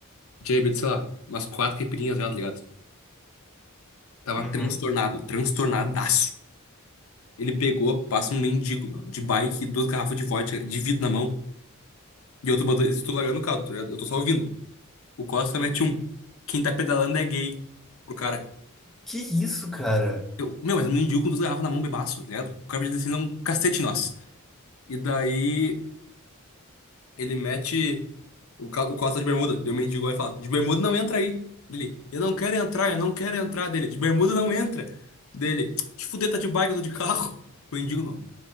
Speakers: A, on the left; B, in the centre.
A: E Tinha bebido, sei lá, umas quatro caipirinhas já, tá ligado? Tava
B: Uhum.
A: transtornado, transtornadaço. Ele pegou, passa um mendigo, meu, de bike, duas garrafas de vodka, de vidro na mão. E eu tô botando, isso tudo largando o caldo, tá ligado? Eu tô só ouvindo. O Costa mete um. Quem tá pedalando é gay. Pro cara.
B: Que isso, cara?
A: Eu, meu, mas um mendigo com duas garrafas na mão, bebaço, tá ligado? O cara podia descer um cacete em nós. E daí. Ele mete o, ca- o Costa de bermuda. Deu um mendigo e fala: De bermuda não entra aí. Dele: Eu não quero entrar, eu não quero entrar. Dele: De bermuda não entra. Dele: Te fuder, tá de bike, eu tô de carro. <laughs> O mendigo não.